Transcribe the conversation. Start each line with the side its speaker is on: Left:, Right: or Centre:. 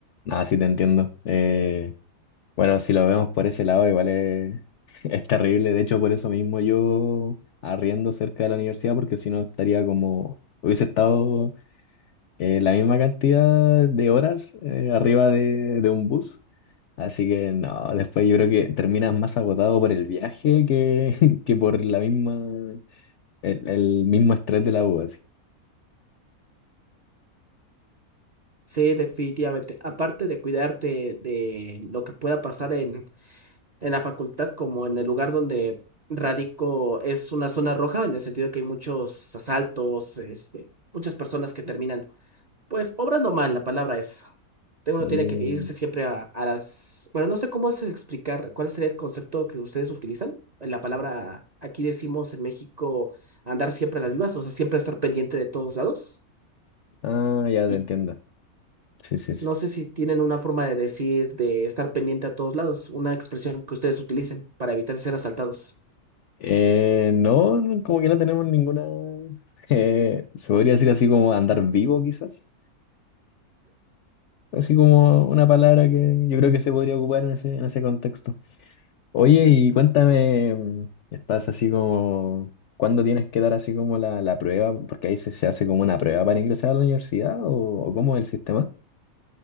Left: Ah, sí, te entiendo. Eh, bueno, si lo vemos por ese lado, igual es, <laughs> es terrible. De hecho, por eso mismo yo arriendo cerca de la universidad, porque si no estaría como... Hubiese estado eh, la misma cantidad de horas eh, arriba de, de un bus. Así que no, después yo creo que terminas más agotado por el viaje que, <laughs> que por la misma, el, el mismo estrés de la U, así.
Right: Sí, definitivamente. Aparte de cuidarte de lo que pueda pasar en, en la facultad, como en el lugar donde radico es una zona roja, en el sentido que hay muchos asaltos, este, muchas personas que terminan Pues obrando mal, la palabra es. Te- Uno
Left: Mm,
Right: tiene que irse siempre a, a las... Bueno, no sé cómo es explicar cuál sería el concepto que ustedes utilizan. La palabra, aquí decimos en México, andar siempre a las vivas, o sea, siempre estar pendiente de todos lados.
Left: Ah, ya
Right: Y
Left: te entiendo. Sí, sí, sí.
Right: no sé si tienen una forma de decir de estar pendiente a todos lados, una expresión que ustedes utilicen para evitar ser asaltados.
Left: Eh, no, no, como que no tenemos ninguna, <laughs> eh, se podría decir así como andar vivo quizás. Así como una palabra que yo creo que se podría ocupar en ese, en ese contexto. Oye, y cuéntame, mm, estás así como, ¿cuándo tienes que dar así como la, la prueba? Porque ahí se, se hace como una prueba para ingresar a la universidad o, o cómo es el sistema.